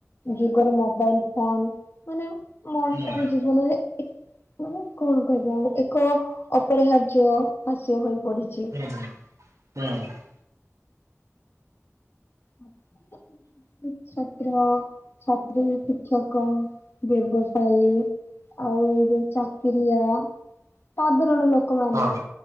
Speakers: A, on the left; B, on the right.
A: ଯୁଗରେ ମୋବାଇଲ ଫୋନ ମାନେ ମଣିଷର
B: ହୁଁ
A: ଜୀବନରେ ଏ ମାନେ କଣ କହିବା ଆଉ ଏକ ଅପରିହାର୍ଯ୍ୟ ହାସ୍ୟ ହୋଇ ପଡିଚି।
B: ହୁଁ ହୁଁ।
A: ହୁଁ ହଁ। ଛାତ୍ର, ଛାତ୍ରୀ, ଶିକ୍ଷକ, ବ୍ୟବସାୟୀ ଆଉ ଏଇ ଯୋଉ ଚାକିରିଆ ସାଧାରଣ ଲୋ ଲୋକମାନେ
B: ହଁ